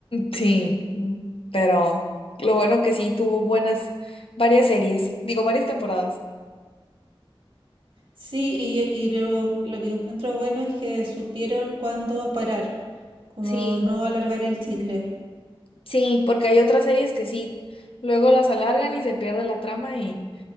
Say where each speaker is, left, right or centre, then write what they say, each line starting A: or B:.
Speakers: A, on the left; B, on the right.
A: Sí, mm, pero lo bueno que sí tuvo buenas, varias series, digo, varias temporadas.
B: Sí, y, y lo, lo que encuentro bueno es que supieron cuándo parar, como
A: Sí.
B: no alargar el chicle.
A: Sí, porque hay otras series que sí, luego las alargan y se pierde la trama y,